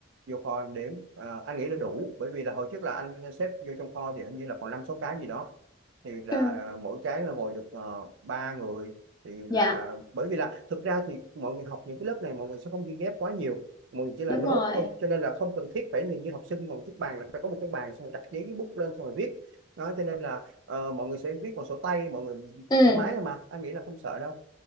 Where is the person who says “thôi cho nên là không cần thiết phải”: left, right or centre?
Right